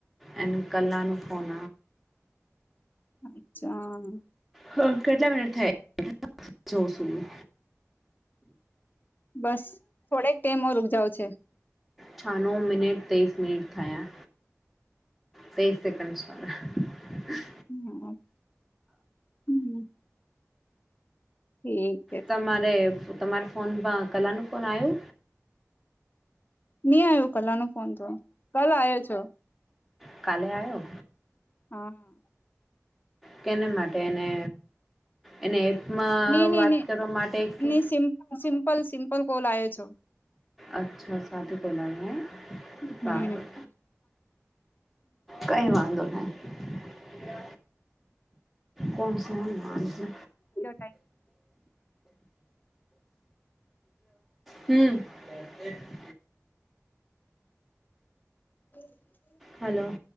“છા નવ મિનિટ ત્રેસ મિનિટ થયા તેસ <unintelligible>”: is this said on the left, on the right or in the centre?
Centre